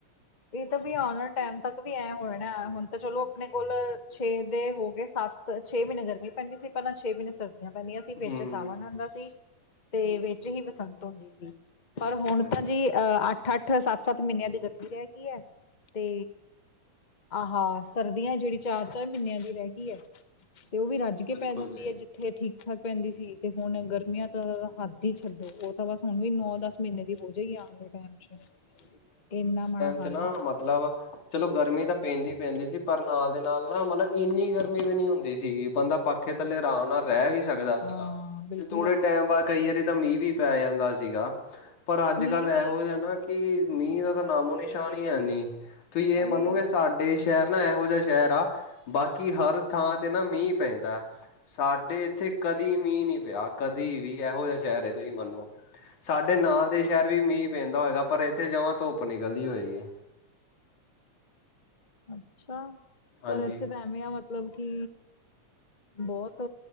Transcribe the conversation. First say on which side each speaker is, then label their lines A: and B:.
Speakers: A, on the left; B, on the left.
A: ਇਹ ਤਾਂ ਵੀ ਆਣ ਆਲੇ ਟਾਈਮ ਤੱਕ ਵੀ ਐਂ ਹੋਣੇ ਨੇ ਹੁਣ ਤਾਂ ਚਲੋ ਆਪਣੇ ਕੋਲ ਛੇ ਦੇ ਹੋ ਗਏ ਸੱਤ। ਛੇ ਮਹੀਨੇ ਗਰਮੀ ਪੈਂਦੀ ਸੀ ਪਹਿਲਾਂ ਛੇ ਮਹੀਨੇ ਸਰਦੀਆਂ ਪੈਂਦੀਆਂ। ਵਿੱਚ
B: ਹੂੰ।
A: ਸਾਵਣ ਹੂੰਦਾ ਸੀ ਤੇ ਵਿੱਚ ਹੀ ਬਸੰਤ ਹੂੰਦੀ ਸੀ ਪਰ ਹੁਣ
B: ਹਾਂਜੀ।
A: ਤਾਂ ਜੀ ਅਹ ਅੱਠ- ਅੱਠ ਸੱਤ- ਸੱਤ ਮਹੀਨਿਆਂ ਦੀ ਗਰਮੀ ਰਹਿ ਗਈ ਹੈ ਤੇ ਆਹਾ ਸਰਦੀਆਂ ਜਿਹੜੀ ਚਾਰ- ਚਾਰ ਮਹੀਨਿਆਂ ਦੀ ਰਹਿ ਗਈ ਐ। ਤੇ ਉਹ ਵੀ ਰੱਜ ਕੇ
B: ਬਿਲਕੁਲ
A: ਪੈ ਜਾਂਦੀ
B: ਜੀ।
A: ਅੱਜ। ਇੱਥੇ ਠੀਕ ਠਾਕ ਪੈਂਦੀ ਸੀ ਤੇ ਹੁਣ ਗਰਮੀਆਂ ਤਾਂ ਹੱਦ ਹੀ ਛੱਡੋ, ਉਹ ਤਾਂ ਬਸ ਹੁਣ ਵੀ ਨੌ ਦਸ ਮਹੀਨੇ ਦੀ ਹੋ ਜਾਈ ਆਣ ਵਾਲੇ ਟਾਈਮ 'ਚ ਇੰਨਾ ਮਾੜਾ ਹਾਲ
B: ਵਿੱਚ ਨਾ
A: ਆ
B: ਮਤਲਬ ਚਲੋ ਗਰਮੀ ਤਾਂ ਪੈਂਦੀ- ਪੈਂਦੀ ਸੀ ਪਰ ਨਾਲ ਦੇ ਨਾਲ ਨਾ ਮਤਲਬ ਇੰਨੀ ਗਰਮੀ ਵੀ ਨਹੀਂ ਹੁੰਦੀ ਸੀਗੀ ਬੰਦਾ ਪੱਖ। ਪੱਖੇ ਥੱਲੇ ਆਰਾਮ ਨਾਲ ਰਹਿ ਵੀ ਸਕ। ਸਕਦਾ ਸੀਗਾ
A: ਹਾਂ ਬਿਲਕੁਲ
B: ਤੇ ਥੋੜੇ ਟਾਈਮ ਬਾਅਦ ਕਈ ਵਾਰੀ ਤਾਂ ਮੀਂਹ ਵੀ ਪੈ ਜਾਂਦਾ ਸੀਗਾ। ਪਰ ਅੱਜ
A: ਮੀਂਹ
B: ਕੱਲ੍ਹ
A: ਵੀ
B: ਇਹੋ ਜਿਹਾ ਨਾ ਕਿ ਮੀਂਹ ਦਾ ਤਾਂ ਨਾਮੋ ਨਿਸ਼ਾਨ ਹੀ ਹੈ ਨੀ। ਤੁਸੀਂ ਇਹ
A: ਹਾਏ
B: ਮੰਨੋਗੇ ਸਾਡ? ਏ ਸ਼ਹਿਰ ਨਾ ਇਹੋ ਜਿਹਾ ਸ਼ਹਿਰ ਆ ਬਾਕੀ ਹਰ ਥਾਂ ਤੇ ਨਾ ਮੀਂਹ ਪੈਂਦਾ। ਂ ਸਾਡੇ ਇੱਥੇ ਕਦੀ ਮੀਂਹ ਨਹੀਂ ਪਿਆ ਕਦੀ ਵੀ ਇਹੋ ਜਿਹਾ ਸ਼ਹਿਰ ਤੁਸੀਂ ਮੰਨੋ। ਸਾਡੇ ਨਾਲ ਦੇ ਸ਼ਹਿਰ ਵੀ ਮੀਂਹ ਪੈਂਦਾ ਹੋਏਗਾ ਪਰ ਇੱਥੇ ਜਮ੍ਹਾਂ ਧੁੱਪ ਨਿਕਲਦੀ ਹੋਏਗੀ।
A: ਅੱਛਾ,
B: ਹਾਂਜੀ,
A: ਪਰ ਇੱਥੇ ਤਾਂ ਐਵੇਂ ਆ ਮਤਲਬ ਕੀ ਬਹੁਤ